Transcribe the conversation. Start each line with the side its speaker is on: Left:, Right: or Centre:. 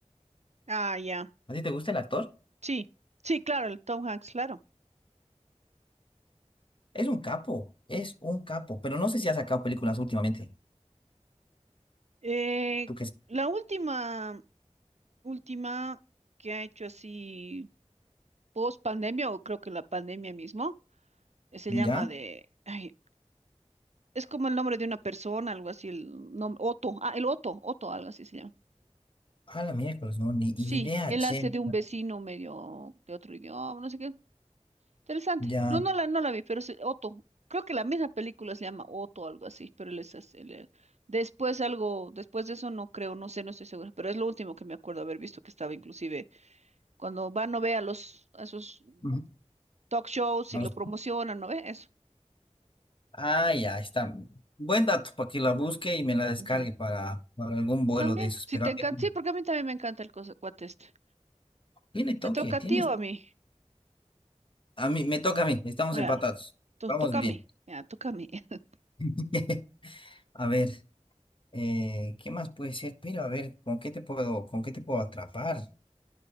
Right: Ah, ya.
Left: ¿A ti te gusta el actor?
Right: Sí, sí, claro, el Tom Hanks, claro.
Left: Es un capo. Es un capo. Pero no sé si ha sacado películas últimamente.
Right: Eh,
Left: ¿Tú qué? s-
Right: la última, última que ha hecho así post pandemia, o creo que la pandemia mismo, eh, se
Left: ¿Ya?
Right: llama de, ay, es como el nombre de una persona, algo así, el nombre, Otto, ah, el Otto, Otto, algo así se llama.
Left: A la miércoles, no. Ni
Right: Sí,
Left: idea,
Right: él
Left: che.
Right: hace de un vecino medio de otro idioma, no sé qué, Interesante.
Left: Ya.
Right: No, no la, no la vi, pero sí, Otto. Creo que la misma película se llama Otto algo así, pero él es así, él- él- después algo, después de eso no creo, no sé, no estoy segura, pero es lo último que me acuerdo haber visto que estaba inclusive cuando van no ve a los a esos
Left: Ujú.
Right: talk shows
Left: A
Right: y lo
Left: los.
Right: promocionan, ¿no ve? Eso.
Left: Ah, ya está. Buen dato para que la busque y me la descargue
Right: Ya.
Left: para, para algún vuelo
Right: También.
Left: de esos.
Right: Si
Left: Pero
Right: te
Left: a
Right: encanta,
Left: ver,
Right: sí, porque a mí también me encanta el cosa, cuate este.
Left: tiene toque,
Right: ¿Te toca
Left: tienes.
Right: a ti o a mí?
Left: A mí, me toca a mí, estamos
Right: Ya,
Left: empatados.
Right: to-
Left: Vamos
Right: toca
Left: bien.
Right: a mí. Ya, toca a mí. <laughs>
Left: <laughs> A ver, eh, ¿qué más puede ser? Pero a ver, ¿con qué te puedo, con qué te puedo atrapar?